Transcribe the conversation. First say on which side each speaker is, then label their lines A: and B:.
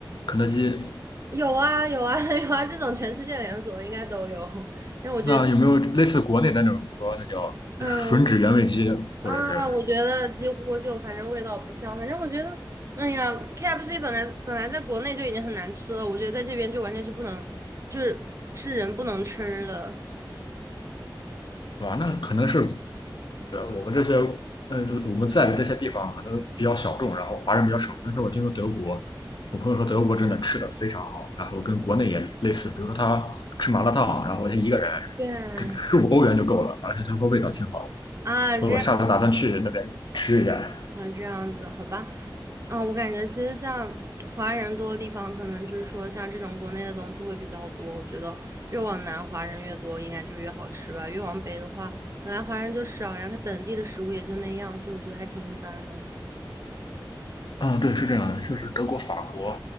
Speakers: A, on the left; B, on the right.
A: 肯德基？
B: 有啊有啊 <laughs> 有啊，这种全世界连锁应该都有。<laughs> 但我觉得这
A: 那有没有类似国内的那种，比如说那叫
B: 嗯
A: 吮指原味鸡，或者是
B: 啊，我觉得几乎就反正味道不像，反正我觉得，哎呀，KFC 本来本来在国内就已经很难吃了，我觉得在这边就完全是不能，就是是人不能吃的。
A: 哇，那可能是呃我们这些呃我们在的这些地方可能比较小众，然后华人比较少。但是我听说德国，我朋友说德国真的吃的非常好，然后跟国内也类似，比如说他吃麻辣烫，然后他一个人
B: 对，
A: 只十五欧元就够了，而且他说味道挺好
B: 啊，
A: 的。
B: 这样
A: 我下次打算去那边吃一下。
B: 啊，这样子，好吧。嗯，我感觉其实像华人多的地方，可能就是说像这种国内的东西会比较多。我觉得越往南华人越多，应该就越好吃吧。越往北的话，本来华人就少，然后他本地的食物也就那样，所以我觉得还挺一般的。
A: 嗯，对，是这样的，就是德国、法国